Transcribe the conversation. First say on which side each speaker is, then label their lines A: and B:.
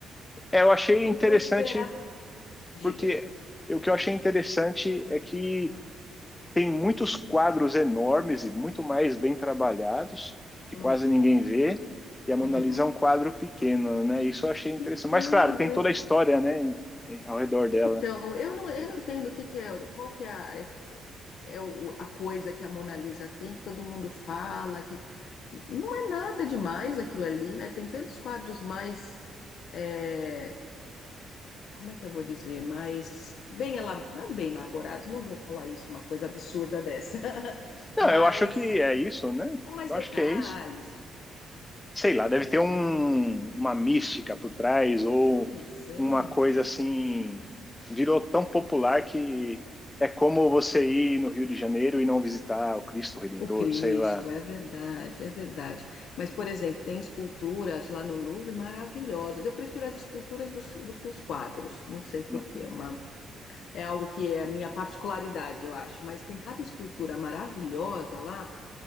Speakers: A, on the left; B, on the left.
A: É, eu
B: <laughs>
A: achei
B: porque
A: interessante,
B: eu esperava. Diga.
A: porque o que eu achei interessante é que tem muitos quadros enormes e muito mais bem trabalhados, que
B: Uhum,
A: quase ninguém vê, e a Mona
B: uhum.
A: Lisa é um quadro pequeno, né? Isso eu achei interessante.
B: Pequeno,
A: Mas, claro, tem toda a história, né, em- em- ao redor dela.
B: Então, eu não, eu não entendo o que que é, qual que é, a- é é o- a coisa que a Mona Lisa tem, que todo mundo fala, que não é nada demais aquilo ali, né? Tem tantos quadros mais, é, como é que eu vou dizer, mais bem, elab- não é bem elaborados, não vou falar isso, uma coisa absurda dessa, <laughs>
A: Não,
B: mas
A: eu acho que é isso, né?
B: com mais
A: Eu
B: detalhes.
A: acho que é isso. sei lá, deve ter um, uma mística por trás ou
B: Pois é.
A: uma coisa assim, virou tão popular que é como você ir no Rio de Janeiro e não visitar o Cristo Redentor,
B: O Cristo,
A: sei lá.
B: é verdade, é verdade. Mas, por exemplo, tem esculturas lá no Louvre maravilhosas. Eu prefiro as esculturas do, do que os quadros. Não sei por
A: Uhum,
B: quê. é Uma, é algo que é a minha particularidade, eu acho. Mas tem cada escultura maravilhosa lá.